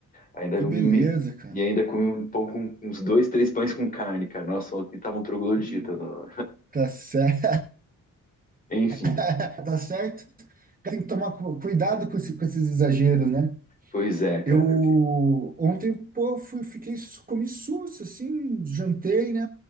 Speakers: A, on the left; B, on the right.
A: Ainda
B: Que
A: me-
B: beleza, cara.
A: e ainda comi um pão com uns dois, três pães com carne, cara. Nossa, ontem tava um troglodita.
B: Hum.
A: no-
B: Tá certo.
A: Enfim,
B: <laughs> Tá certo. Tem que tomar cu- cuidado com, esse- com esses exageros, né?
A: pois é, cara.
B: Eu
A: ok.
B: ontem, pô, fui, fiquei, comi susto, assim, jantei, né?